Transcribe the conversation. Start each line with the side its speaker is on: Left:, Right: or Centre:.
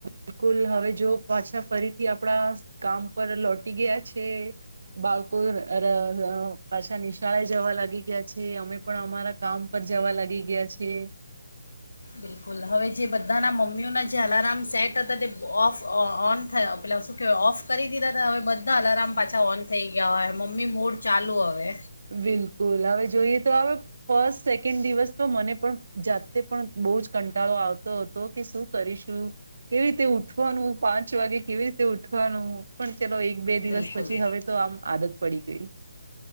Right: બિલકુલ હવે જો પાછા ફરીથી આપણા કામ- ઉપર લોટી ગયા છે બાળ કો ર ર પાછા નિશાળા જવા લાગી ગયા છે અમે પણ અમારા- કામ પર જવા લાગી ગયા છે.
Left: બિલકુલ હવે જે બધાના મમ્મીઓના જે અલારામ સેટ હતા તે ઓફ ઓન થયા પેલા શુ. કે ઓફ કરી દીધા હતા હવે બધા અલાર્મ પાછા ઓન થઈ ગયા હોય મમ્મી મોડ ચાલુ હવે.
Right: બિલકુલ હવે જોઈએ તો હવે- ફર્સ્ટ સેકન્ડ દિવસ તો મને પણ જાતે પણ બહુ જ કંટાળો આવતો હતો કે શું- કરીશું કેવી રીતે ઉઠવાનું પાંચ વાગે કેવી રીતે ઉઠવાનું પણ ચલો એ બે દિવસ
Left: બિલકુલ
Right: પછી હવે તો આમ આદત પડી ગઈ.